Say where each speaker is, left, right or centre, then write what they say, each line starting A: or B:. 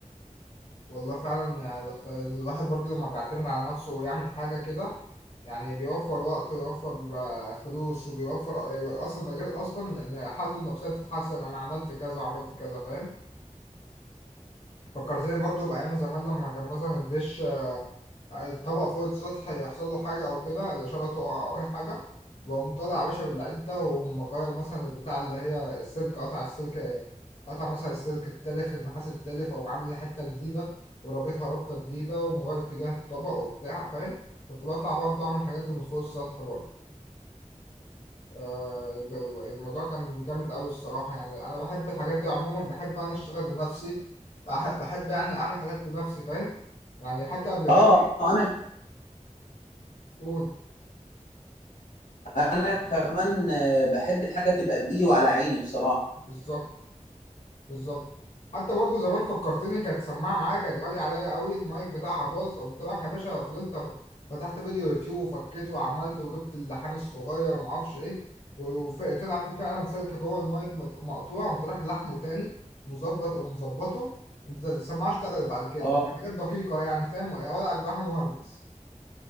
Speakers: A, on the left; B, on the left.
A: والله فعلا يعني الاخت- الواحد برضه لما بيعتمد على نفسه ويعمل حاجة كده يعني بيوفر وقت ويوفر آه، فلوس وبيوفر آه، يعني اصلا ده غير اصلا ان حالته النفسية بتتحسن انا عملت كذا وعملت كذا فاهم فكرتني برضه بأيام زمان لما كان مثلا الدش الطبق فوق السطح يحصل له حاجة أو كده الإشارة تقع أو أي حاجة وأقوم طالع يا باشا باللعيب ده وأقوم مغير مثلا البتاع اللي هي السلك قطع السلك قطع مثلا السلك التالف النحاس التالف وأقوم عامل حتة جديدة ورابطها رابطة جديدة ومغير اتجاه الطبق وبتاع فاهم كنت بطلع برضه أعمل الحاجات دي من فوق السطح برضه آه، الموضوع كان جامد أوي الصراحة يعني أنا بحب الحاجات دي عموما بحب أنا أشتغل بنفسي بح- بحب يعني أعمل حاجات بنفسي فاهم يعني حتى
B: <clears throat>
A: قبل كده
B: اه انا
A: قول
B: انا كمان آه، بحب الحاجه تبقى بايدي وعلى عيني بصراحه
A: بالظبط بالظبط حتى برضو زمان فكرتني كانت سماعه معايا كانت غاليه عليا قوي المايك بتاعها باظ قمت رايح يا باشا فضلت أخ- فتحت فيديو يوتيوب وفكيت وعملت وجبت اللحام الصغير وما اعرفش ايه وطلع في فعلا سلك جوه المايك مت- مقطوع قمت رايح لحمه تاني مظبط ومظبطه قمت السماعه اشتغلت بعد كده
B: اه
A: يعني حاجات دقيقه يعني فاهم يا ولا اجدعها مهندس